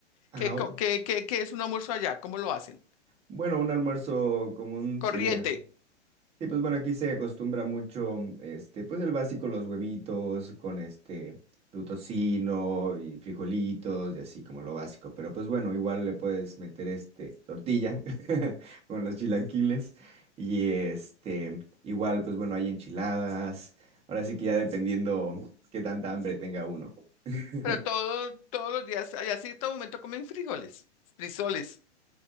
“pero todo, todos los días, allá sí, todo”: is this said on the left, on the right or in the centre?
Left